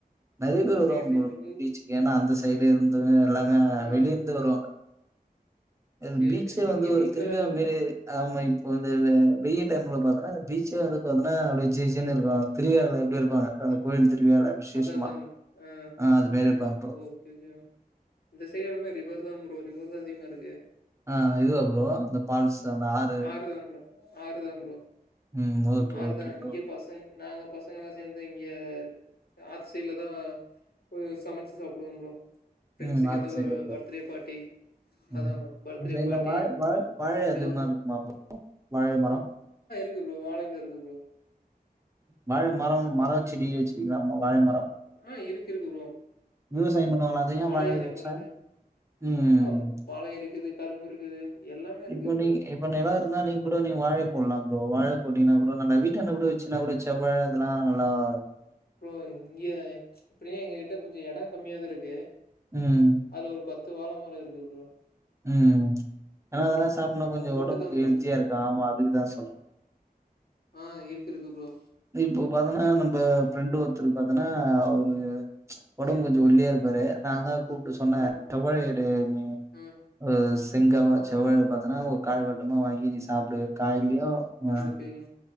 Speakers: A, on the right; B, on the left.
A: நெறைய பேர் வருவாங்
B: சரி, சரி
A: ப்ரோ
B: இங்
A: பீச்சுக்கென்ன அந்த சைடு இருந்து எல்லாமே
B: ஆ.
A: வெளிய இருந்து வருவாங்க எது
B: சரி,
A: பீச்சே
B: சரிங்க ப்ரோ.
A: வந்து
B: இங்க
A: ஒரு
B: பீச்செல்லாம்
A: திருவிழா
B: இல்ல ப்ரோ.
A: மறி ஆமா இப் இப்போ வந்து வெய டைம்ல பாத்தோன்னா பீச்சே வந்து பாத்தோன்னா அப்டியே ஜெ ஜென்னு இருக்கோ திருவிழால எப்படி இருக் இருப்பாங்க அந்த
B: ம்.
A: கோயில் திருவிவால விசேஷமா
B: அதான், அதான். ஆ
A: அது மாரி இருப்பாங்க ப்ரோ
B: ஓகே ஓகே இந்தசைடெலாமே ரிவர் தான் ப்ரோ ரிவர் தா அதிகமா இருக்கு
A: ஆஹ் இதுவா ப்ரோ அந்த பால்ஸூ
B: ம்.
A: அந்த ஆறு
B: தான் ப்ரோ. ஆறு தாஞ ப்ரோ
A: உம் ஓகே
B: ஆறு
A: ஓகே
B: தான்.
A: ப்ரோ
B: இங்க பசங்க நாங்க பசங்களா சேந்து இங்க ஆத்து சைட்ல தா போய் சமச்சு சாப்பிடுவோ ப்ரோ ஃப்ரெண்ட்ஸுக்கு
A: உம் ஆஃப்
B: ஏதோ
A: சைட் இல ப்ரோ
B: பர்த்டே பார்ட்டி
A: உம்
B: அதா ப்ரோ பர்த்டே
A: உங்க
B: பார்ட்டி
A: <unintelligible> வாழ் வாழ் வாழை
B: இதுவோ
A: அதிகமா இருக்குமா ப்ரோ வாழை மரம்.
B: இது வாழை இருக்கு ப்ரோ
A: வாழ மரோ மரோ செடி வச்சிருக்கங்களா <unintelligible> வாழை மரோ
B: ஆ இருக்கு இருக்கு ப்ரோ
A: விவசாயம் பண்ணுவங்களா அங்கயு
B: வாழையு
A: வாழை இல
B: அதிகமா
A: விவசாயோ
B: இருக்கு
A: உம்
B: ஆ வாழை இருக்குது கரும்பு இருக்குது எல்லாமே இருக்குது
A: இப்போ நீங்
B: ப்ரோ
A: இப்ப நெலோ இருந்தா நீங் கூட வாழை போட்லா ப்ரோ வாழை போட்டீனா கூட நல்ல வீட்டாண்ட கூட சின்னா கூட செவ்வாழ அதெல்லா நல்லாவா
B: ப்ரோ இங்க எப்படியு எங்க கிட்ட கொஞ்சோ எடோ கம்மியாதா இருக்கு
A: உம்
B: அதுல ஒரு பத்து வாழ மர இருக்கு ப்ரோ
A: உம் ஆனா அதெல்லா சாப்டோனா கொஞ்சோ
B: அது போட்டுதா
A: உடம்புக்கு
B: ப்ரோ
A: ஹெல்த்தியா இருக்கு ஆமா அதுக்குதா சொல்றே
B: ஆ இருக்கு இருக்கு ப்ரோ
A: இப்ப பாத்தோன்னா நம்ம ந ஃப்ரெண்டு ஒருத்தரு பாத்தன்னா அவரு ஒடம்பு
B: சேரிங்
A: கொஞ்சொ ஒல்லியா இருப்பாரு நாதான் உ சொன்ன
B: ஓ
A: தவழேடு நீ
B: ஆ
A: அஹ்ஸ் செங்காவா செவ்வாழய பாத்தனா ஒரு காய்வட்டமா வாங்கி நீ சாப்டு காய்லியோ உம்
B: ஓகேங்க